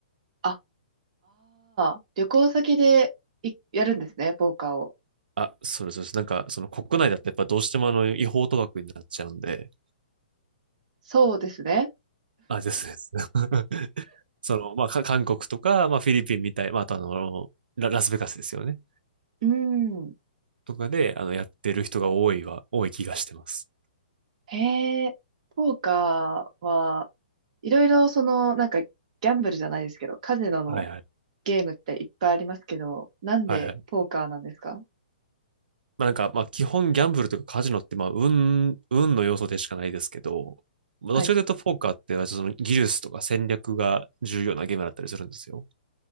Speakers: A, on the right; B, on the right.
A: あ、ああ、旅行先でいやるんですね、ポーカーを。
B: あ、そうです、そうです。なんか、その国内だってやっぱどうしてもあの、違法賭博になっちゃうんで、
A: そうですね。
B: あ、ですです。<laughs> その、まあ、か韓国とか、まあ、フィリピンみたい、まあ、あとあの、ラ、ラスベガスですよね。
A: うーん。
B: とかで、あの、やってる人が多いは、多い気がしてます。
A: へえ、ポーカーは、いろいろその、なんか、ギャンブルじゃないですけど、カジノの
B: はいはい。
A: ゲームっていっぱいありますけど、なんでポーカーなんですか
B: はいはい。まあなんか、まあ基本ギャンブルとかカジノってまあ運、運の要素でしかないですけど、まあどっちらかというとポーカーってその技術とか戦略が重要なゲームだったりするんですよ。
A: はい。